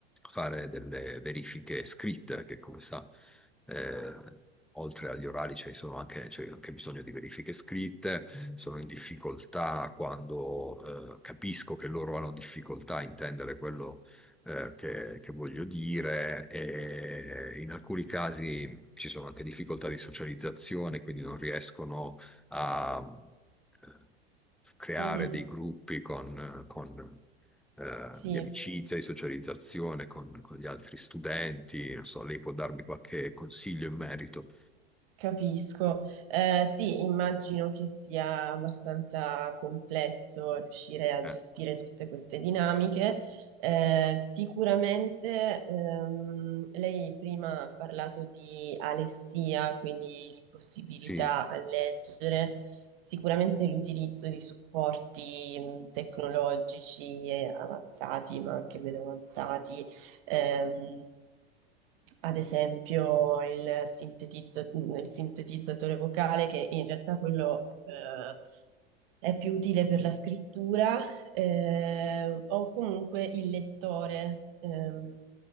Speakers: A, in the centre; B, on the right.
A: fare delle verifiche scritte, che come sa, eh, oltre agli orali c'è sono anche, c'è anche bisogno di verifiche scritte, mm. sono in difficoltà quando eh, capisco che loro hanno difficoltà a intendere quello eh, che, che voglio dire e in alcuni casi ci sono anche difficoltà di socializzazione, quindi non riescono a eh, creare
B: mhm.
A: dei gruppi con, con, eh,
B: Sì,
A: di amicizia, di socializzazione con, con gli altri studenti. Non so, lei può darmi qualche consiglio in merito.
B: Capisco. Eh, sì, immagino che sia abbastanza complesso riuscire a
A: Eh,
B: gestire tutte queste dinamiche. Eh, sicuramente ehm, lei prima ha parlato di alessia, quindi l'impossibilità
A: sì,
B: a leggere. Sicuramente l'utilizzo di supporti mh, tecnologici eh, avanzati, ma anche meno avanzati. ehm, ad esempio il sintetizza- il sintetizzatore vocale, che in realtà quello eh, è più utile per la scrittura, eh, o comunque il lettore. ehm,